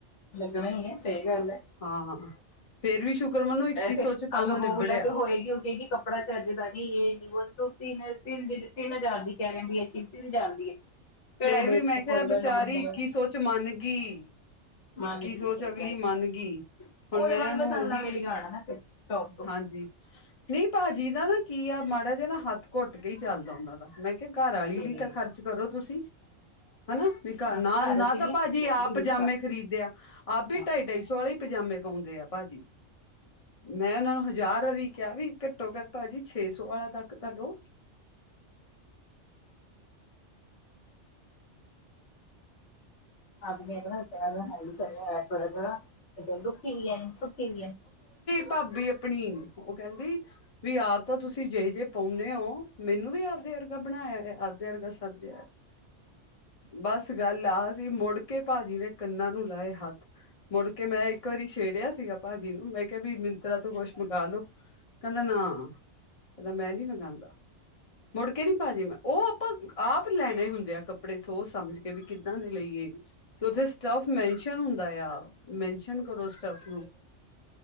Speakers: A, on the left; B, on the left.
A: ਲੱਗਣਾ ਈ ਹੈ ਸਹੀ ਗੱਲ ਹੈ।
B: ਹਾਂ ਫੇਰ ਵੀ ਸ਼ੁਕਰ ਮਨੋ ਇੱਕੀ
A: ਸੇ
B: ਸੌ ਚ ਕੰਮ
A: ਅੱਗ
B: ਨਿਬੜਿਆ।
A: ਬੂਲਾ ਤੇ ਹੋਏਗੀ ਉਹ ਕਗੀ ਕੱਪੜਾ ਚੱਜ ਦਾ ਨੀ ਯੇਨੀ ਵੋਣੀ ਨੀ ਤੀਨ ਤੀਨ ਤੀਨ ਹਜ਼ਾਰ ਦੀ ਕਹਿ ਰਹੇ ਬ ਇਹ ਚੀਜ਼ ਤਿੰਨ ਹਜ਼ਾਰ ਦੀ ਹੈ। ਕਿਹੜਾ
B: ਫੇਰ
A: ਬੇਵਕੂਫ
B: ਵੀ ਮੈਂ ਕਿਹਾ
A: ਹੋਏਗਾ
B: ਵਿਚਾਰੀ
A: ਨਾ ਮੰਨੇ
B: ਇੱਕੀ
A: ਉਹ
B: ਸੌ ਚ ਮੰਨ ਗਈ।
A: ਮਾਰਨੇ
B: ਇੱਕੀ ਸੌ
A: ਦੀ ਸਹੀ
B: ਚ ਅਗਲੀ
A: ਗੱਲ
B: ਮੰਨ
A: ਸੀ।
B: ਗਈ। ਹੁਣ
A: ਉਹਦੇ
B: ਮੈਂ
A: ਮਨਪਸੰਦ
B: ਉਹਨੂੰ ਉਹੀ
A: ਦਾ ਮਿਲ ਗਿਆ ਹੋਣਾ ਨਾ ਫਿਰ ਸ਼ੌਪ ਤੋਂ
B: ਹਾਂਜੀ ਨਹੀਂ ਭਾਜੀ ਨਾ ਕੀ ਆ ਮਾੜਾ ਜਿਹਾ ਨਾ ਹੱਥ ਘੁੱਟ ਕੇ ਹੀ ਚੱਲਦਾ ਉਹਨਾ ਦਾ, ਮੈਂ ਘਰਆਲੀ
A: ਸਹੀ।
B: ਲਈ ਤਾਂ ਖਰਚ ਕਰੋ ਤੁਸੀਂ। ਹਨਾ ਵੀ ਘਰ
A: ਹਾਂ
B: ਨਾ ਨਾ
A: ਤੇ
B: ਤਾਂ
A: ਨਹੀਂ
B: ਭਾਜੀ
A: ਆਉਣੀ ਚਾਹੀਦੀ
B: ਜੀ ਆਪ
A: ਵੀ
B: ਪਜਾਮੇ
A: ਗੁੱਸਾ
B: ਖਰੀਦ ਆ, ਆਪ ਵੀ
A: ਹਾਂ।
B: ਢਾਈ ਢਾਈ ਸੌ ਵਾਲੀ ਪਜਾਮੇ ਪਾਉਂਦੇ ਆ ਭਾਜੀ। ਮੈਂ ਉਹਨਾਂ ਨੂੰ ਹਜ਼ਾਰ ਵੀ ਕਿਹਾ ਵੀ ਘੱਟੋ ਗੱਲ ਭਾਜੀ ਛੇ ਸੌ ਵਾਲਾ ਤੱਕ ਤਾਂ ਲੋਓ।
A: ਆਦਮੀੱਚ ਨਾਲ ਹੈ ਹੀ ਸਿਆ ਹੋਇਆ ਥੋੜਾ ਜਿ ਇਏਦ ਦੁਖੀ ਵੀ ਹੈ ਨ <unintelligible> ਸੁਖੀ
B: ਪਾਬੀ ਅਪ ਪਨੀਣ ਉਹ ਕਹਿੰਦੀ ਵੀ ਆਪ ਤਾਂ ਤੁਸੀਂ ਜਿਹੇ ਜੇ ਪਾਉਂਦੇ ਹੋ। ਮੈਨੂੰ ਵੀ ਆਪਦੇ ਯਾਰ ਉਹ ਬਣਾਇਆ ਅੱਧ ਦੇ ਵਰਗਾ ਸੀ। ਸਬਜ਼ ਬਸ ਗੱਲ ਆਹ ਸੀ, ਮੁੜ ਕੇ ਭਾਜੀ ਨੇ ਕੰਨਾਂ ਨੂੰ ਲਾਏ ਹੱਥ ਮੁੜ ਕੇ ਮੈਂ ਇੱਕ ਵਾਰੀ ਛੇੜਿਆ ਸੀ ਗਾ ਭਾਜੀ ਨੂੰ ਮੈਂ ਕਿਹਾ ਵੀ ਮਿੰਤਰਾ ਤੋਂ ਕੁਛ ਮੰਗ ਲੋਓ ਕਹਿੰਦਾ ਨਾ ਕਹਿੰਦਾ ਮੈਂ ਨੀ ਮੰਗਵਾਉਂਦਾ। ਮੁੜ ਕੇ ਨੀ ਭਾਜੀ ਮੈਂ ਉਹ ਆਪਾਂ ਆਪ ਲੈਣੇ ਹੁੰਦੇ ਆ ਕੱਪ ਕਪੜੇ ਸੋਚ ਸਮਝ ਕ ਵੀ ਕਿੱਦਾਂ ਦੇ ਲਈਏ ਕਜ ਸਟੱਫ ਮੈਨਸ਼ਨ ਹੁੰਦਾ ਆ, ਮੈਨਸ਼ਨ ਕਰੋ ਸਟਫ ਨੂੰ।